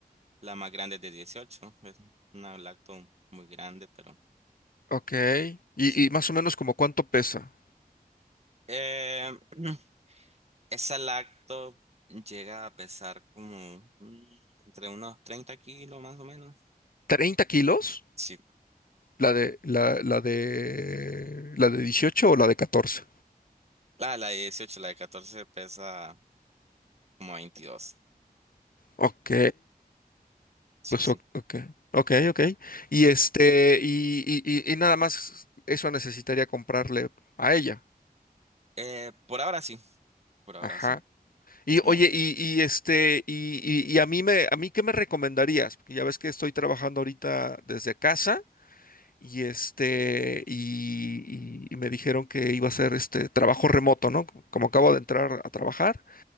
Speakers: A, on the right (about 45°); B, on the left (about 70°).
A: La más grande es de dieciocho es una lacto muy grande, pero...
B: ok. Y,
A: sí.
B: y más o menos como cuánto pesa.
A: Eh, <clears throat> esa lacto llega a pesar como mm, entre unos 30 kilos más o menos.
B: Treinta kilos?
A: Sí,
B: ¿La de, la, la de, la de 18 o la de catorce.
A: la, la de 18, la de 14 pesa como 22.
B: Ok.
A: Sí,
B: Pues
A: sí.
B: o- ok, ok, ok. Y este, y, y, y- y nada más eso necesitaría comprarle a ella.
A: Eh, por ahora sí, por ahora
B: Ajá.
A: sí.
B: Y
A: No.
B: oye, y, y este, y, y, y a mí me, a mí qué me recomendarías? Porque ya ves que estoy trabajando ahorita desde casa, y este, y, y- y me dijeron que iba a ser este trabajo remoto, ¿no? Como acabo de entrar a trabajar.